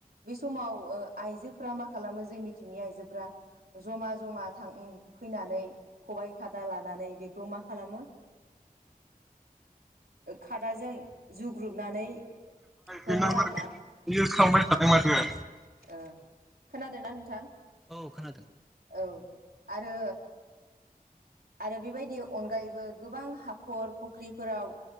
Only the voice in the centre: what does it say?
बे नाम्बारखौ
इउस खालामबाय थादों माथो